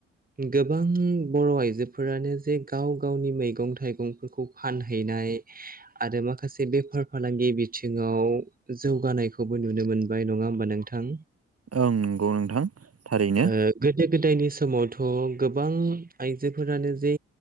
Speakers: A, on the right; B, on the right.
A: गोबां बर' आइजोफोरानो जे गाव गावनि मैगं थाइगंफोरखौ फानहैनाय आरो माखासे बेफार फालांगि बिथिङाव जौगानायखौबो नुनो मोनबाय नङा होमबा नोंथां?
B: ओं नंगौ नोंथां थारैनो।
A: ओ गोदो गोदायनि समावथ' गोबां आइजोफोरानो जे